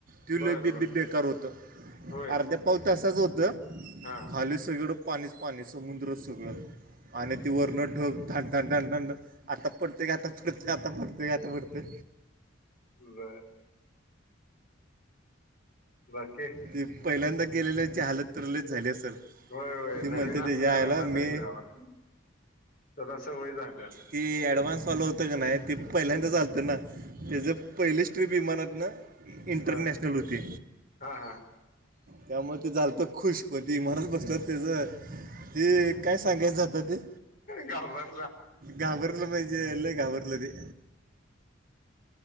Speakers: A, on the right; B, on the left.
A: ट्युलपी
B: बर बर
A: बी बेकार होतं
B: होय
A: अर्ध्या पाव त असंच होतं.
B: हा
A: खाली सगळ पाणीच पाणी समुद्र सगळं आणि ती वरण ढग ध न न नन आता प्रत्येक आता कधी आता पडते. आता पडते.
B: बर बाकी.
A: तेी पहिल्यांदा गेल्याची हालत तर लईच झाली असेल
B: होय होय
A: ते म्हणते
B: नवीन असणाऱ्यांना
A: त्याच्या आयला मी
B: नाही बेव वाटतंय त्याला सवय झालं
A: ती ॲडव्हान्स वाले होतं काी नाही तेी पहिल्यांदा
B: हम्म
A: चालतं ना त्याचं पहिलीच ट्रिप विमानातनं इंटरनॅशनल
B: बर
A: होती
B: हा हा
A: त्यामुळे ते झालंय खुश पण ते इमारत बसतात त्याचं ते काय सांगायचं जातं ते
B: गावात
A: घाबरलं पाहिजे ते लई घाबरलेते